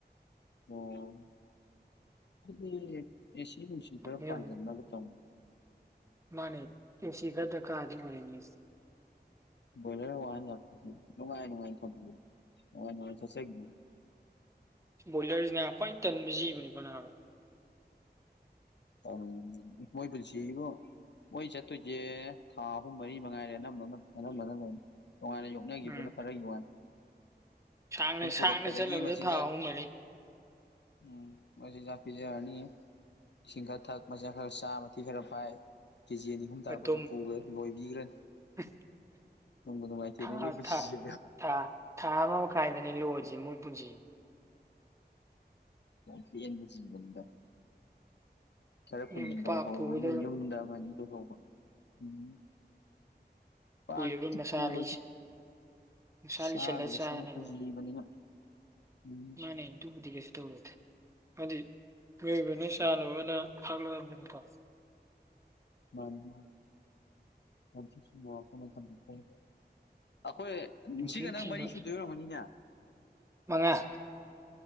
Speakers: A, on the left; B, on the right.
A: ꯑꯣ ꯑꯗꯨꯗꯤ ꯑꯦꯁꯤ ꯅꯨꯡꯁꯤ ꯈꯔ
B: ꯃꯤꯍꯨꯟ
A: ꯄꯥꯟꯁꯤꯟꯅꯕ ꯇꯧꯅꯦ
B: ꯃꯥꯅꯦ ꯑꯦꯁꯤ ꯈꯔ ꯗꯔꯀꯥꯔꯗꯤ ꯑꯣꯏꯔꯤꯅꯤ ꯑꯩꯁꯦ
A: ꯕꯣꯏꯂꯔ ꯋꯥꯍꯟ ꯌꯥꯄꯣꯠꯇꯦ ꯅꯨꯡꯉꯥꯏ ꯅꯨꯡꯉꯥꯏ ꯊꯝꯕꯤꯌꯨ ꯅꯨꯡꯉꯥꯏ ꯅꯨꯡꯉꯥꯏ ꯆꯠꯆꯒꯤꯖꯅꯤ
B: ꯕꯣꯏꯂꯔꯁꯤ ꯅꯥ ꯈ꯭ꯋꯥꯏ ꯇꯟꯕ ꯖꯤꯕꯅꯤꯀꯣ ꯅꯥꯕ
A: ꯇꯪ ꯃꯣꯏ ꯄꯨꯟꯁꯤꯖꯤꯕꯣ ꯃꯣꯏ ꯆꯠꯇꯣꯏꯖꯦ ꯊꯥ ꯑꯍꯨꯝ ꯃꯔꯤ ꯃꯉꯥꯏꯔꯦ ꯑꯅꯝꯕ ꯑꯅꯝꯕꯅ ꯂꯣꯏꯅ ꯅꯨꯉꯥꯏꯔꯦ ꯌꯦꯡꯉꯨ ꯅꯣꯏꯒꯤꯗꯨꯅ
B: ꯎꯝ
A: ꯈꯔꯒꯤ ꯋꯥꯅꯤ
B: ꯁꯥꯡꯅ
A: ꯁꯨꯝ ꯄꯨꯔꯛꯄꯗꯒꯤ
B: ꯁꯥꯡꯅ ꯆꯠꯂꯕꯗ
A: ꯃꯆꯤꯟꯖꯥꯛ
B: ꯊꯥ ꯑꯍꯨꯝ ꯃꯔꯤ
A: ꯎꯝ ꯃꯆꯤꯟꯖꯥꯛ ꯄꯤꯖꯔꯅꯤ ꯏꯁꯤꯡ ꯈꯔ ꯊꯛ ꯃꯆꯤꯟꯖꯥꯛ ꯈꯔ ꯆꯥ ꯃꯊꯤ ꯈꯔ ꯐꯥꯏ ꯀꯦꯖꯤ ꯑꯅꯤ ꯍꯨꯝ ꯇꯥꯔꯛꯄꯗ
B: ꯑꯗꯨꯝ
A: ꯗꯨꯝ ꯄꯨꯒ꯭ꯔꯅꯤ ꯂꯣꯏꯕꯤꯒ꯭ꯔꯅꯤ
B: <inaudible>
A: ꯅꯨꯡꯕꯨ ꯅꯨꯡꯉꯥꯏꯇꯦꯅꯦ
B: ꯊꯥ
A: ꯃꯣꯏꯄꯨꯟꯁꯤꯖꯦ
B: ꯊꯥ ꯊꯥ ꯊꯥ ꯑꯃ ꯃꯈꯥꯏꯗꯅꯦ ꯂꯣꯏꯔꯤꯖꯦ ꯃꯣꯏ ꯄꯨꯟꯁꯤꯖꯦ
A: ꯌꯥꯝ ꯇꯦꯟꯕ ꯖꯤꯕꯅꯤꯗ ꯈꯔ ꯀꯨꯏꯅ
B: ꯌꯥꯝ
A: ꯂꯣꯏꯍꯧꯕꯩꯅ
B: ꯄꯥ ꯄꯨꯒꯗꯕ
A: ꯌꯨꯝꯗ ꯑꯃ ꯑꯅꯤ ꯂꯣꯏꯍꯧꯕ ꯎꯝ ꯄꯥꯞꯇꯤ
B: ꯀꯨꯏꯔꯕ ꯃꯁꯥ
A: ꯄꯨꯔꯣꯏꯗ
B: ꯂꯤꯁꯤ ꯃꯁꯥ
A: ꯆꯥꯅꯕ
B: ꯂꯤꯁꯜꯂ ꯆꯥꯅꯕꯅꯤ
A: ꯁꯦꯝꯃꯛꯄ ꯖꯤꯕꯅꯤꯅ ꯎꯝ
B: ꯃꯥꯅꯦ ꯑꯗꯨꯕꯨꯗꯤ ꯀꯩꯁꯨ ꯇꯧꯔꯣꯏꯗ ꯍꯥꯏꯗꯤ ꯃꯤꯑꯣꯏꯕꯅ ꯆꯥꯅꯕꯅ ꯊꯥꯛꯂꯛꯑꯕꯅꯦꯕꯀꯣ
A: ꯃꯥꯅꯤ ꯃꯥꯅꯤ ꯌꯥꯝ ꯊꯤ ꯆꯨꯝꯕ ꯋꯥꯐꯝ ꯑꯃ ꯊꯝꯕꯤꯈ꯭ꯔꯦ ꯑꯈꯣꯏ
B: ꯅꯨꯡꯊꯤꯟ
A: ꯁꯤꯒ ꯅꯪ
B: ꯊꯤꯟꯕ
A: ꯃꯔꯤ ꯁꯨꯗꯣꯏ ꯑꯣꯏꯔꯝꯒꯅꯤꯅꯦ
B: ꯃꯉꯥ